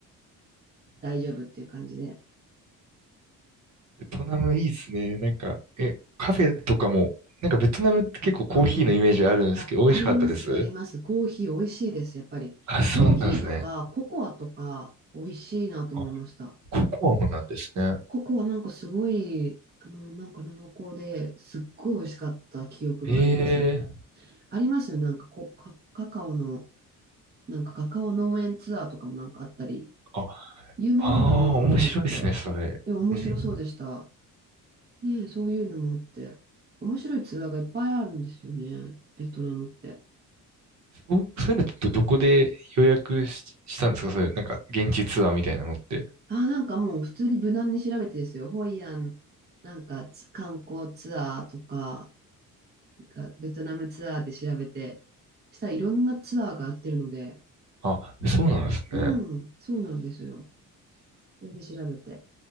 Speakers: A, on the right; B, on the right.
A: 大丈夫っていう感じで。
B: ベトナムいいっすね。なんか、え、カフェとかも、なんかベトナムって結構コーヒーのイメージあるんですけど、
A: あ、うん、あ、
B: 美味しかったです。
A: あります、あります。コーヒー美味しいです、やっぱり。
B: あ、そうなんですね。
A: コーヒーとかココアとか美味しいなと思いました。
B: あ、ココアもなんですね。
A: ココアなんかすごい、あの、なんか濃厚ですっごい美味しかった記憶があります。
B: ええ
A: ありますよ、なんかこ、カカカオの、なんかカカオ農園ツアーとかもなんかあったり、
B: あ、
A: 有名なんだなと思って。
B: ああ、面白いですね、それ。
A: いや面白そうでした。
B: うん。
A: ねえ、そういうのもあって。面白いツアーがいっぱいあるんですよね、ベトナムって。
B: そう、そういうのってど、こで予約し、したんですかそういう、なんか、現地ツアーみたいなのって。
A: あ、なんかもう普通に無難に調べてですよ。ホイアン、なんかつ観光ツアーとか、なんかベトナムツアーで調べて、したらいろんなツアーがやってるので、
B: あ、そうなんですね。
A: うん、そうなんですよ。それで調べて。